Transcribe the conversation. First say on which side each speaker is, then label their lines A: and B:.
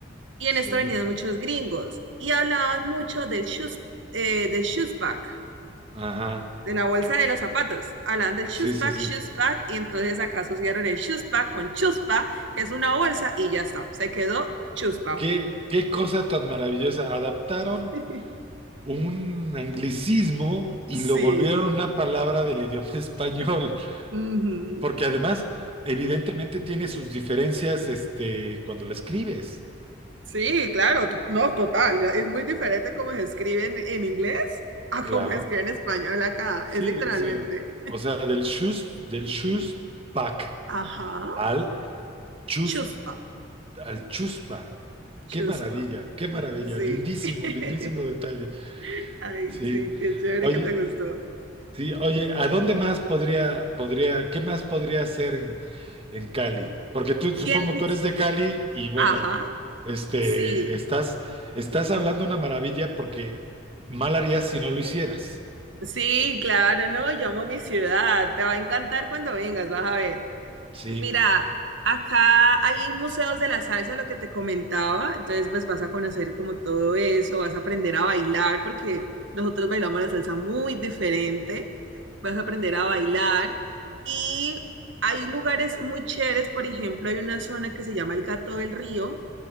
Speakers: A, on the right; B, on the right.
A: y
B: Sí.
A: en esto venían muchos gringos y hablaban mucho del shoes, eh, del shoes bag,
B: Ajá.
A: de la bolsa de los zapatos. Hablaban del shoes
B: Sí, sí,
A: bag,
B: sí.
A: shoes bag y entonces acá asociaron el shoes bag con chuspa, que es una bolsa y ya está, se quedó chuspa.
B: Qué, qué cosa tan maravillosa. Adaptaron
A: <laughs>
B: un anglicismo y
A: Sí.
B: lo volvieron una palabra del idioma <laughs> español.
A: Ujú.
B: Porque además, evidentemente tiene sus diferencias, este, cuando lo escribes,
A: Sí, claro, t- no, total. Es muy diferente cómo se escribe en, en inglés a
B: claro.
A: cómo se escribe en español acá.
B: Sí,
A: Es literalmente.
B: sí. O sea, del chus, del chus pack
A: Ajá.
B: al chus,
A: Chuspa.
B: al chuspa. Qué
A: Chuspa.
B: maravilla, qué maravilla.
A: Sí.
B: Lindísimo,
A: <laughs>
B: lindísimo detalle.
A: Ay,
B: Sí.
A: sí, qué chévere
B: Oye.
A: que te gustó.
B: Sí, oye, ¿a dónde más podría, podría, qué más podría hacer en, en Cali? Porque tú, supongo,
A: ¿Tienes?
B: tú eres de Cali y bueno,
A: Ajá.
B: este,
A: Sí.
B: estás, estás hablando una maravilla porque mal harías si no lo hicieras.
A: Sí, claro, no, yo amo mi ciudad. Te va a encantar cuando vengas, vas a ver.
B: Sí,
A: Mira, acá hay museos de la salsa, lo que te comentaba, entonces pues vas a conocer como todo eso, vas a aprender a bailar, porque nosotros bailamos la salsa muy diferente, vas a aprender a bailar y hay lugares muy chéveres, por ejemplo, hay una zona que se llama el Gato del Río